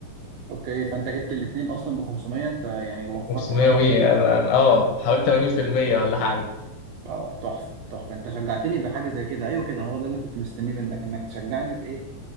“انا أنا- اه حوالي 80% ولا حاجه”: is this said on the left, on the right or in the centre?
Left